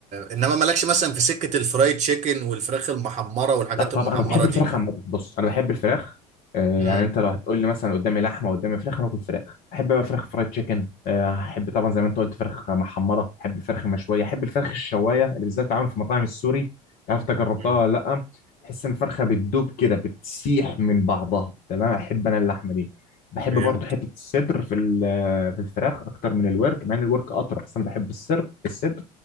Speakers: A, on the right (about 35°); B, on the left (about 45°).
A: انما مالكش مثلا في سكة الفرايد تشيكن والفراخ المحمرة والحاجات
B: لا طبعا
A: المحمرة
B: انا بحب الفراخ
A: دي
B: عامه بص انا بحب الفراخ آه،
A: امم
B: يعني انت لو هتقول لي مثلا قدامي لحمه قدامي فراخ انا اكل فراخ احب بقى فراخ فرايد تشيكن آه، احب طبعا زي ما انت قلت فراخ محمره احب الفراخ المشويه احب الفراخ الشوايه اللي بالذات بتتعمل في مطاعم السوري عارف انت جربتها
A: امم
B: ولا لا تحس ان الفرخه بتدوب كده بتسيح من بعضها تمام احب انا اللحمه دي بحب
A: فهمت
B: برضه حته الصدر في ال- في الفراخ اكتر من الورك مع ان الورك اطرى بس انا بحب الصدر الصدر